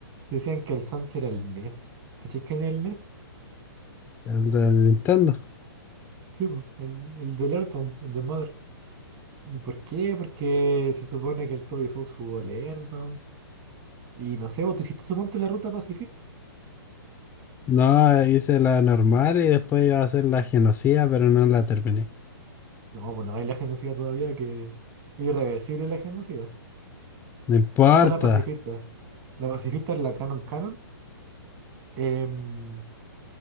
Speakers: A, on the right; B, on the left.
A: Que decían que el Sans era el Ness. ¿Cachai quién es el Ness?
B: El del Nintendo.
A: Sí, po, El, el del Earthbound, el de Mother. ¿Y por qué? Porque se supone que el Toby Fox jugó el Earthbound. Y no sé, vos, ¿tú hiciste suponte la ruta pacifista?
B: No, hice la normal y después iba a hacer la genocida, pero no la terminé.
A: No, pues no hay la genocida todavía, que es irreversible la genocida.
B: No importa.
A: Hace la pacifista. La pacifista es la canon canon. Em,